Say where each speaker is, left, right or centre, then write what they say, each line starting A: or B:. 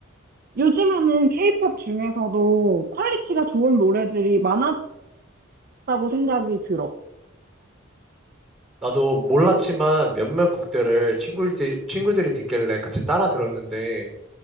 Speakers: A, on the right; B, in the centre.
A: 요즘에는 케이팝 중에서도 퀄리티가 좋은 노래들이 많아졌다고 생각이 들어.
B: 나도 몰랐지만 몇몇 곡들을 친구들, 친구들이 듣길래 같이 따라 들었는데